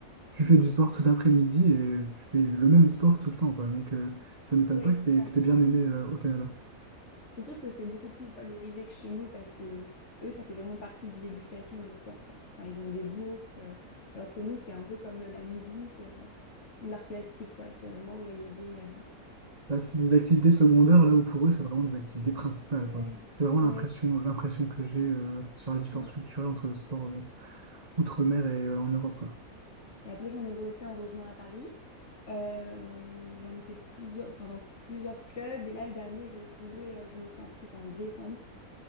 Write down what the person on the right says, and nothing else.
tu fais du sport tout l'après-midi et tu fais le même sport tout le temps, quoi. Donc, euh, ça m'étonne
pas que
t'aies,
que t'aies bien aimé euh, au Canada.
Bah, c'est des activités secondaires, là où pour eux, c'est vraiment des activités principales,
quoi. C'est vraiment l'impression,
l'impression que j'ai euh, sur la différence
culturelle entre le sport euh, outre-mer et euh, en Europe, quoi.